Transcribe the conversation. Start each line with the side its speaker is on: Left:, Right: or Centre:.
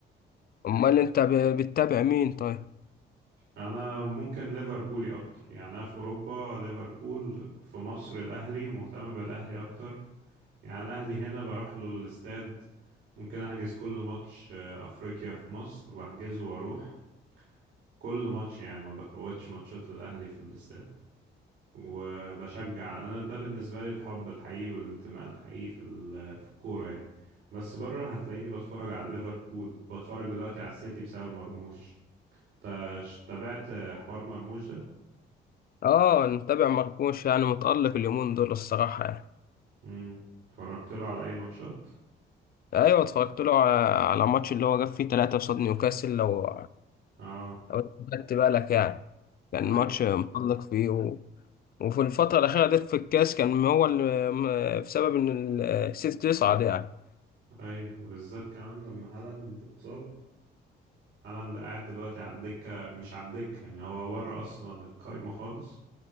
Left: امال انت ب- بتتابع مين طيب
Right: أنا ممكن ليفربولي أكتر يعني أنا في أوروبا ليفربول في مصر الأهلي ومهتم بالأهلي أكتر يعني الأهلي هنا بروح له الاستاد ممكن أحجز كل ماتش آه، أفريقيا في مصر وبحجزه وأروح كل ماتش يعني ما بفوتش ماتشات الأهلي في الاستاد وبشجع أنا ده بالنسبة لي الحب الحقيقي والانتماء الحقيقي في ال- في الكورة يعني بس بره هتلاقيني بتفرج على ليفربول بتفرج دلوقتي على السيتي بسبب مرموش تا- ش- تابعت آه، حوار مرموش ده
Left: اه متابع مرموش يعني متألق اليومين دول الصراحة يعني
Right: مم. اتفرجت له على أي ماتشات
Left: ايوه اتفرجت له ع- على ماتش اللي هو جاب فيه ثلاثة قصاد نيوكاسل لو
Right: اه
Left: لو خدت بالك يعني كان
Right: اي
Left: ماتش متألق فيه و... وفي الفترة الأخيرة ديت في الكاس كان هو اللي م- بسبب إن السيتي تصعد يعني
Right: اي وبالذات كمان لما هالاند اتصاب هالاند قاعد دلوقتي على الدكة مش على الدكة يعني هو بره أصلا القايمة خالص